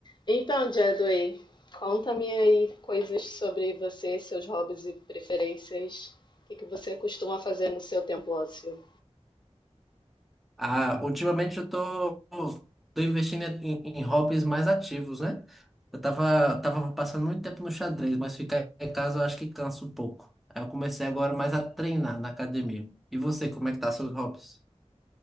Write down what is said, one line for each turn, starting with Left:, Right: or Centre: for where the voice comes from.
Left: Então, Jadway, conta-me aí coisas sobre você, seus hobbies e preferências. O que que você costuma fazer no seu tempo ósseo?
Centre: Ah, ultimamente eu tô, tô investindo em, em hobbies mais ativos, né? Eu tava, tava passando muito tempo no xadrez, mas ficar em casa eu acho que cansa um pouco. Aí eu comecei agora mais a treinar na academia. E você, como é que tá seus hobbies?